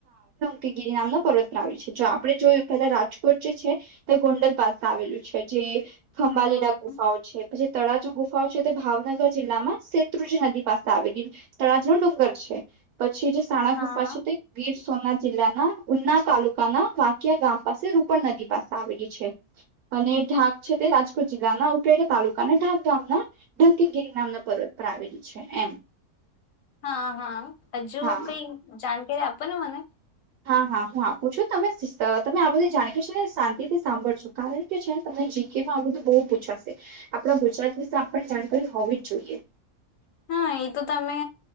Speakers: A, on the right; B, on the left.
A: કે ગિરિ નામના પર્વત આવી છે. જો આપણે જોયું પેલા રાજકોટ જે છે તે ગોંડલ પાસે આવેલું ચછ જે
B: હમ
A: ખંભાલી ના ગુફાઓ છે. પછી તળાજુ ગુફાઓ છે તે ભાવનગર જિલ્લામાં શેત્રુજી નદી પાસે આવેલી તળાજુ ન ડુંગર છે. પ છી જે સાણા
B: હા
A: ગુફા છે તે ગીર સોમનાથ જિલ્લાના ઉના તાલુકાના વાકીયા ગામ પાસે રૂપણ નદી પાસે આવેલી છે. અને ઢાક છે તે રાજકોટ જિલ્લાના ઉપરેડા તાલુકાના ઢાક ગામના ઢંકગીરી નામના પર્વત પર આવેલી છે એમ.
B: હા હા હજુ
A: હા
B: કઈ જાણકારી આપ પો ને મને.
A: હા હા હું આપું છું તમે તમે આ બધી જાણ કે છે ને શાંતિથી સાંભળ છો કારણ કે છેને તમને જીકેમાં આ બધું બહુ પૂછાશે. આપણા ગુજરાત વિશે આપણ જાણકારી હોવી જ જોઈએ.
B: હા એ તો તમે